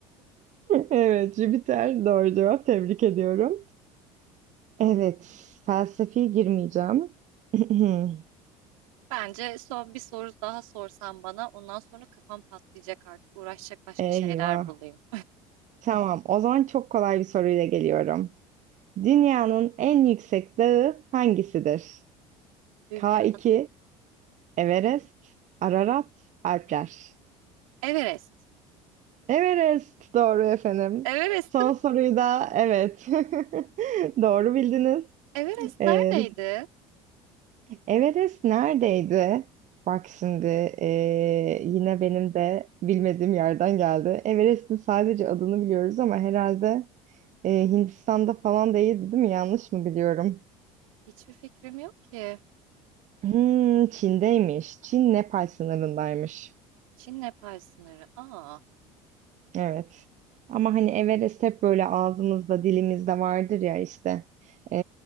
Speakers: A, on the right; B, on the right.
A: Evet, Jüpiter doğru cevap. Tebrik ediyorum. Evet, felsefi girmeyeceğim. <clears throat>
B: Bence son bir soru daha sorsan bana ondan sonra kafam patlayacak artık uğraşacak başka
A: Eyvah.
B: şeyler bulayım.
A: Tamam, o zaman çok kolay bir soruyla geliyorum. Dünyanın en yüksek dağı hangisidir?
B: Dünya
A: K2, Everest, Ararat, Alpler.
B: Everest.
A: Everest doğru efendim.
B: Everest
A: Son
B: mi?
A: soruyu da evet. <laughs> Doğru bildiniz.
B: Everest
A: Ee,
B: neredeydi?
A: Everest neredeydi? Bak şimdi ee, yine benim de bilmediğim yerden geldi. Everest'in sadece adını biliyoruz ama herhalde ee, Hindistan'da falan değildi, değil mi? Yanlış mı biliyorum?
B: Hiçbir fikrim yok ki.
A: Hmm, Çin'deymiş. Çin Nepal sınırındaymış.
B: Çin Nepal sınırı. Aa,
A: Evet. Ama hani Everest hep böyle ağzımızda dilimizde vardır ya işte. Ee,